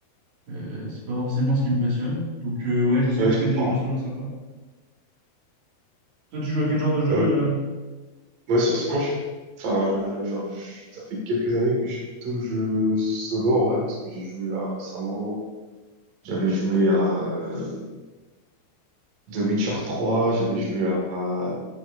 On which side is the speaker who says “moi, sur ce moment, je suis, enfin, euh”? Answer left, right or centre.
Right